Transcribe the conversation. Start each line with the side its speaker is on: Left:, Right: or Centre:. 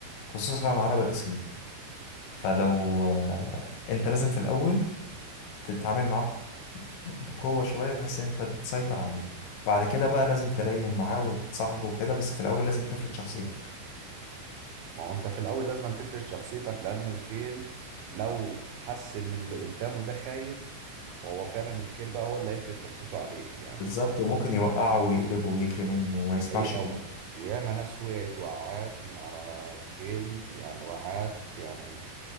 Left: خصوصا العربي الاصيل فلو آه، انت لازم في الاول تتعامل معاه ب- بقوة شوية بحيث ان انت تسيطر عليه بعد كده بقى لازم تلين معاه وتصاحبه وكده بس في الاول لازم تفرض شخصيتك
Right: ما هو انت في الاول لازم أن تفرض شخصيتك لان الخيل لو حس ان اللي قدامه ده خايف فهو فعلا الخيل بقى هو اللي هيفرض شخصيته عليك يعني
Left: بالظبط وممكن يوقعه ويقلبه ويجري منه وما
Right: دي
Left: يسمعش
Right: حقيقة و- وياما ناس وقعت وقعات من على الخيل يعني وقعات يعني